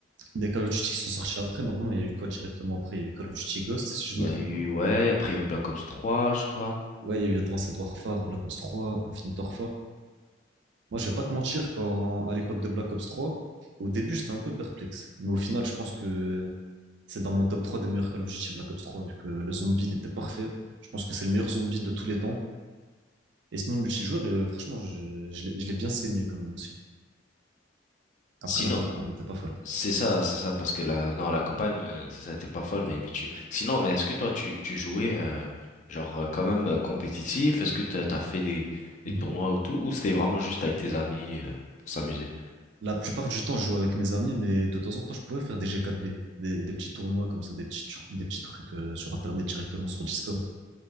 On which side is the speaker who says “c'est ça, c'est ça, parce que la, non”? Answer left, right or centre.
Left